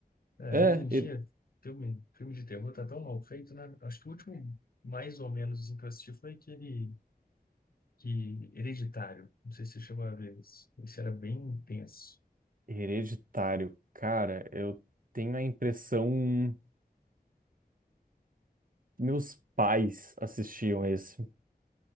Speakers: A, on the left; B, on the right.
A: é,
B: É,
A: hoje em dia,
B: he-
A: filme, filme de terror tá tão mal feito, né? Acho que o último, mais ou menos, assim, que eu assisti foi aquele que, Hereditário. Não sei se você chegou a ver esse. Esse era bem intenso.
B: hereditário. Cara, eu tenho a impressão meus pais assistiam esse.